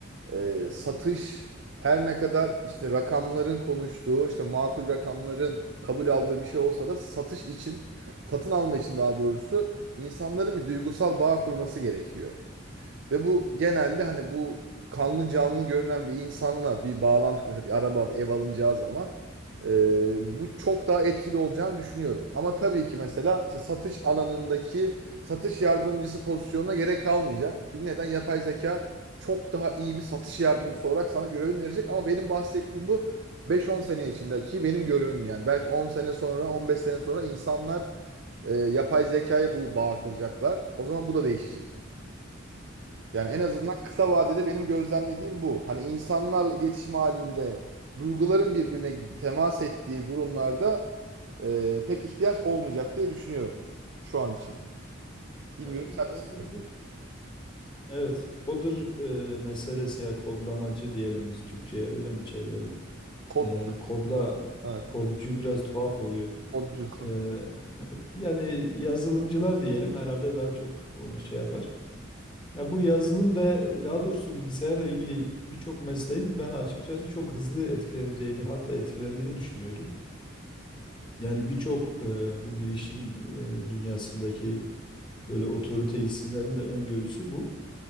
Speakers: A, on the right; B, on the left.
A: e, satış her ne kadar işte rakamların konuştuğu, işte makul rakamların kabul aldığı bir şey olsa da satış için, satın alma için daha doğrusu insanların bir duygusal bağ kurması gerekiyor. Ve bu genelde hani bu kanlı canlı görünen bir insanla bir bağlantı mesela bir araba bir ev alınacağı zaman e, bu çok daha etkili olacağını düşünüyorum. Ama tabii ki mesela işte satış alanındaki satış yardımcısı pozisyonuna gerek kalmayacak. Çünkü neden? Yapay zeka çok daha iyi bir satış yardımcısı olarak sana görevini verecek ama benim bahsettiğim bu beş-on sene içindeki benim görevim yani. Belki 10 sene sonra, 15 sene sonra insanlar e, yapay zekaya bu bağ kuracaklar. O zaman bu da değişecek. Yani en azından
B: Evet.
A: kısa vadede benim gözlemlediğim bu. Hani insanlarla iletişim halinde duyguların birbirine temas ettiği durumlarda e, pek ihtiyaç olmayacak diye düşünüyorum şu an için. Bilmiyorum
B: Ya bu
A: sen
B: coderlık
A: nasıl düşünüyorsun hocam?
B: e, evet coder e, meselesi ya kodlamacı diyelim biz Türkçe'ye öyle mi çevirelim?
A: Kodcu.
B: E, kodla
A: Evet.
B: kodcu biraz tuhaf oluyor.
A: Kodcu.
B: Eee, yani yazılımcılar diyelim herhalde daha çok onu şey yapar. Ya bu yazılım ve daha doğrusu bilgisayarla ilgili birçok mesleğin ben açıkçası çok hızlı etkileneceğini hatta etkilendiğini düşünüyordum. Yani birçok eee, bu bilişim eee, dünyasındaki böyle otorite isimlerin de öngörüsü bu.